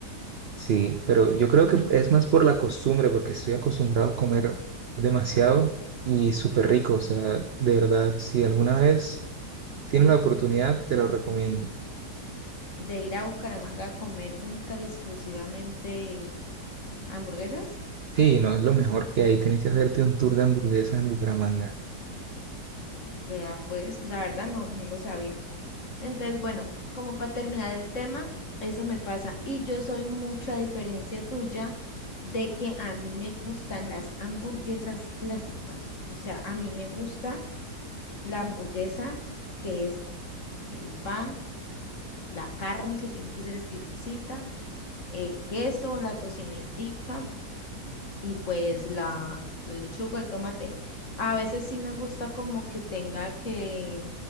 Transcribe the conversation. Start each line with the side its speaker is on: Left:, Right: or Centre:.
Right: Sí, pero yo creo que es más por la costumbre, porque estoy acostumbrado a comer demasiado y súper rico. O sea, de verdad, si alguna vez tienes la oportunidad, te lo recomiendo.
Left: De ir a Bucaramanga a comer única y exclusivamente hamburguesas.
Right: Sí, no es lo mejor que hay. Tienes que hacerte un tour de hamburguesas en Bucaramanga.
Left: Vea, pues, la verdad no, no lo sabía. Entonces, bueno, como para terminar el tema, eso me pasa. Y yo soy mucho, a diferencia tuya, de que a mí me gustan las hamburguesas clásicas. O sea, a mí me gusta la hamburguesa que es el pan la carne que tiene que ser exquisita, el queso, la tocinetica y pues la, la lechuga, el tomate. A veces sí me gusta como que tenga que